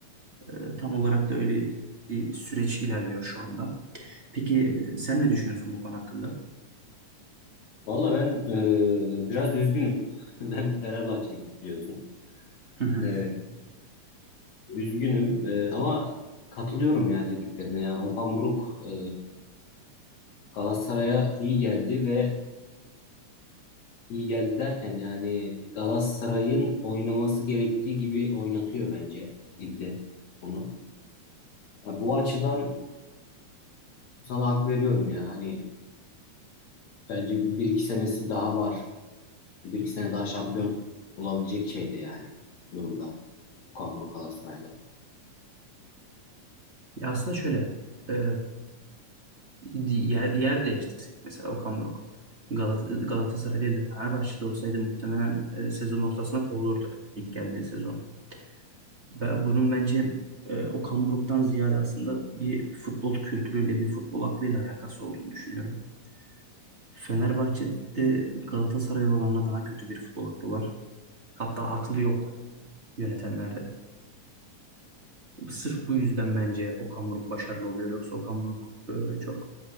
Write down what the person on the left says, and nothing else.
Valla ben e, biraz üzgünüm. <laughs> Ben Fenerbahçeliyim biliyorsun.
E, üzgünüm E, ama katılıyorum ya dediklerine. Yani Okan Buruk e, Galatasaray'a iyi geldi ve iyi geldi derken yani Galatasaray'ın oynaması gerektiği gibi oynatıyor bence ligde onu. Ya bu açıdan sana hak veriyorum ya. Hani bence bir, bir iki senesi daha var. Bir iki sene daha şampiyon olabilecek şeyde yani durumda. Okan Buruk Galatasaray'da.